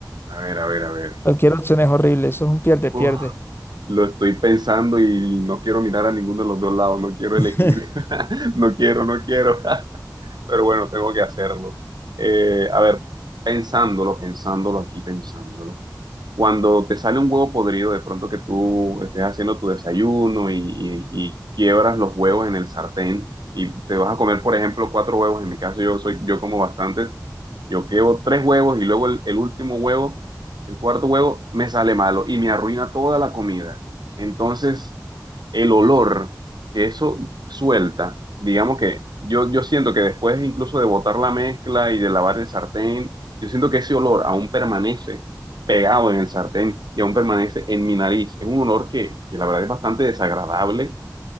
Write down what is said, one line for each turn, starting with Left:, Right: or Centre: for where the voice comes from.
Right: a ver, a ver, a ver.
Left: Cualquier opción es horrible, eso es un pierde-pierde.
Right: Uf, lo estoy pensando y no quiero mirar a ninguno de los dos lados, no quiero
Left: <laughs>
Right: elegir, <laughs> no quiero, no quiero. pero bueno, tengo que hacerlo. Eh, a ver, pensándolo, pensándolo aquí, pensándolo. Cuando te sale un huevo podrido, de pronto que tú estés haciendo tu desayuno y, y- y quiebras los huevos en el sartén y te vas a comer, por ejemplo, cuatro huevos. En mi caso, yo soy, yo como bastantes. Yo quebo tres huevos y luego el, el último huevo, el cuarto huevo, me sale malo y me arruina toda la comida. Entonces el olor que eso suelta, digamos que yo, yo siento que después incluso de botar la mezcla y de lavar el sartén, yo siento que ese olor aún permanece pegado en el sartén y aún permanece en mi nariz. Es un olor que, que la verdad es bastante desagradable